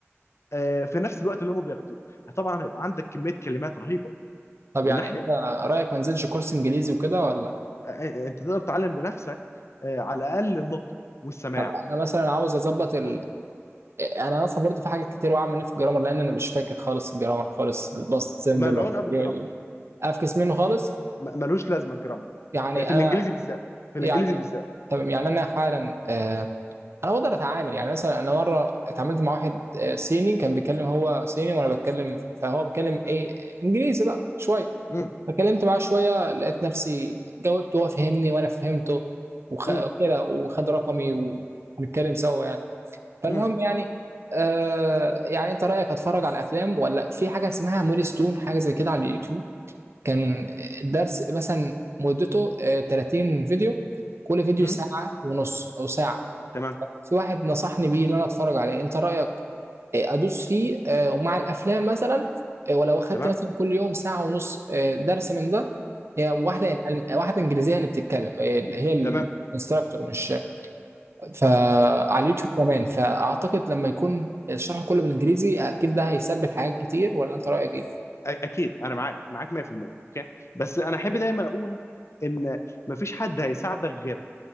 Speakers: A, on the left; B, on the right.
A: آه، في نفس الوقت اللي هم بياخدوه طبعا هيبقى عندك كميه كلمات رهيبه
B: طب
A: من
B: يعني
A: ناحيه
B: انت رايك ما انزلش كورس انجليزي وكده ولا
A: آه، آه، آه، انت تقدر تتعلم بنفسك آه، على الاقل النطق والسماع
B: طب انا مثلا عاوز اظبط ال... يعني انا مثلا برضو في حاجات كتير واقع مني في الجرامر لان انا مش فاكر خالص الجرامر خالص الباست سيمبل
A: ملعون
B: والحاجات
A: ابو
B: دي
A: الجرامر
B: افكس منه خالص
A: م- ملوش لازمه الجرامر
B: يعني
A: آه، في
B: انا
A: الانجليزي بالذات في
B: يعني
A: الانجليزي بالذات
B: تمام يعني انا حالا آه... انا بقدر اتعامل يعني مثلا انا مره اتعاملت مع واحد آه، صيني كان بيتكلم هو صيني وانا بتكلم فهو بيتكلم ايه انجليزي بقى شويه
A: مم،
B: فكلمت معاه شوية لقيت نفسي جاوبت وهو فهمني وأنا فهمته وخ...
A: مم،
B: وكده وخد رقمي ونتكلم سوا يعني فالمهم
A: مم،
B: يعني آه يعني أنت رأيك أتفرج على أفلام ولا في حاجة اسمها مولي ستون حاجة زي كده على اليوتيوب كان الدرس مثلا مدته آه 30 فيديو كل فيديو
A: مم.
B: ساعة ونص أو ساعة
A: تمام
B: في واحد نصحني بيه إن أنا أتفرج عليه أنت رأيك آه، ادوس فيه آه، ومع الافلام مثلا آه، ولو اخدت
A: تمام
B: مثلا كل يوم ساعه ونص آه، درس من ده هي واحده واحده انجليزيه اللي بتتكلم آه، اللي هي
A: تمام أ-
B: الانستراكتور مش فعلى اليوتيوب كمان فاعتقد لما يكون الشرح كله بالانجليزي اكيد ده هيثبت حاجات كتير ولا انت رايك ايه؟
A: اكيد انا معاك معاك 100% اوكي بس انا احب دايما اقول ان مفيش حد هيساعدك غيرك